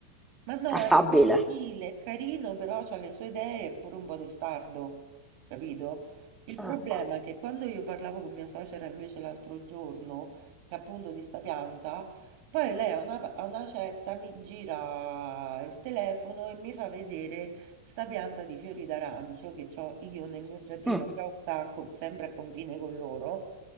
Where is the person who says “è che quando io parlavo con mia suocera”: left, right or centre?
Right